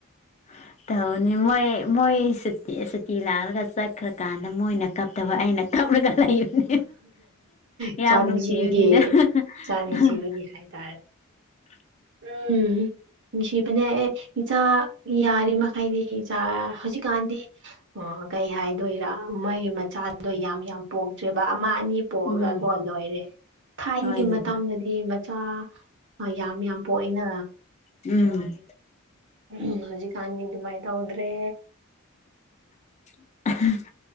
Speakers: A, on the left; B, on the right.
A: <unintelligible> ꯇꯧꯅꯤ ꯃꯣꯏ ꯃꯣꯏ ꯁꯨꯇꯤ ꯂꯥꯛꯂꯒ ꯆꯠꯈ꯭ꯔꯀꯥꯟꯗ ꯃꯣꯏꯅ ꯀꯞꯇꯕ ꯑꯩꯅ ꯀꯞꯂꯒ ꯂꯩꯕꯅꯤ
B: ꯏꯆꯥ
A: ꯌꯥꯝ
B: ꯅꯨꯡꯁꯤꯕꯒꯤ
A: ꯅꯨꯡꯁꯤꯕꯅꯤꯗ <unintelligible>
B: ꯏꯆꯥ ꯅꯨꯡꯁꯤꯕꯒꯤ ꯍꯥꯏꯇꯥꯔꯦ ꯎꯝ ꯁꯤ ꯃꯅꯦ ꯆꯥ ꯌꯥꯔꯤꯃꯩꯗꯤ ꯆꯥ ꯍꯧꯖꯤꯛꯀꯥꯟꯗꯤ ꯀꯩ ꯍꯥꯏꯗꯣꯏꯔꯥ ꯃꯥꯒꯤ ꯃꯆꯥꯗꯨꯗꯣ ꯌꯥꯝ ꯌꯥꯝ ꯄꯣꯡ ꯑꯃ ꯑꯅꯤ ꯄꯣꯛꯑꯒ
A: ꯎꯝ
B: ꯀꯣ ꯂꯣꯏꯔꯦ ꯊꯥꯏꯅꯒꯤ
A: ꯍꯣꯏꯅꯦ
B: ꯃꯇꯝꯗꯗꯤ ꯃꯆꯥ ꯌꯥꯝ ꯌꯥꯝ ꯄꯣꯛꯏꯅ
A: ꯎꯝ
B: ꯎꯝ ꯍꯧꯖꯤ ꯀꯥꯟꯅꯤ ꯑꯗꯨ ꯃꯥꯏꯇ ꯍꯗ꯭ꯔꯦ
A: <unintelligible>